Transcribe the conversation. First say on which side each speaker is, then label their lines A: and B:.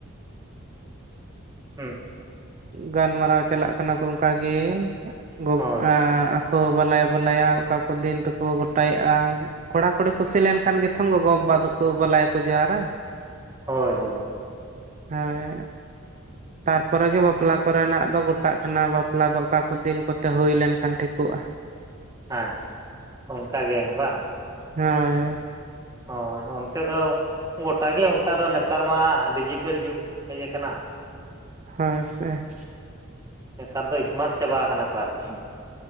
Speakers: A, on the right (about 15°); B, on the right (about 35°).
A: ᱦᱩᱸ᱾
B: ᱜᱟᱞᱢᱟᱨᱟᱣ ᱪᱟᱞᱟᱜ ᱠᱟᱱᱟ ᱠᱩ ᱚᱱᱠᱟᱜᱤ ᱜᱚ
A: ᱦᱳᱭ
B: ᱟ ᱟ ᱠᱚ ᱵᱟᱞᱟᱭ ᱵᱟᱞᱟᱭᱟ ᱚᱠᱟ ᱠᱚ ᱫᱤᱱ ᱛᱮᱠᱩ ᱜᱚᱴᱟᱭᱮᱜ-ᱟ᱾ ᱠᱚᱲᱟ ᱠᱩᱲᱤ ᱠᱩᱥᱤ ᱞᱮᱱᱠᱷᱟᱱ ᱜᱮ ᱛᱷᱚᱝ ᱜᱚᱜᱚ ᱵᱟᱵᱟ ᱫᱚᱠᱩ ᱵᱟᱞᱟᱭᱟ ᱠᱩ ᱡᱚᱦᱟᱨᱟ ᱾
A: ᱦᱳᱭ ᱦᱳᱭ ᱦᱳᱭ᱾
B: ᱦᱳᱭ᱾ ᱛᱟᱨ ᱯᱚᱨᱮ ᱜᱮ ᱵᱟᱯᱞᱟ ᱠᱚᱨᱮᱱᱟᱜ ᱫᱚ ᱜᱚᱴᱟᱜ ᱠᱟᱱᱟ ᱵᱟᱯᱞᱟ ᱫᱚ ᱚᱠᱟ ᱠᱚ ᱫᱤᱱ ᱠᱚᱛᱮ ᱦᱩᱭ ᱞᱮᱱᱠᱷᱟᱱ ᱴᱷᱤᱠᱩᱜ-ᱟ᱾
A: ᱟᱪᱷᱟ ᱚᱱᱠᱟᱜᱮ ᱵᱟᱝ᱾
B: ᱦᱳᱭ ᱦᱳᱭ᱾
A: ᱦᱳᱭ ᱚᱱᱛᱮ ᱫᱚ ᱜᱚᱴᱟ ᱜᱮ ᱚᱱᱠᱟ ᱫᱚ ᱱᱮᱛᱟᱨ ᱢᱟ ᱰᱤᱡᱤᱴᱮᱞ ᱡᱩᱜᱽ ᱦᱮᱡ ᱠᱟᱱᱟ᱾
B: ᱦᱳᱭ ᱥᱮ ᱾
A: ᱱᱮᱛᱟᱨ ᱫᱚ ᱥᱢᱟᱨᱴ ᱪᱟᱵᱟ ᱟᱠᱟᱱᱟ ᱠᱚ ᱟᱨᱠᱤ ᱾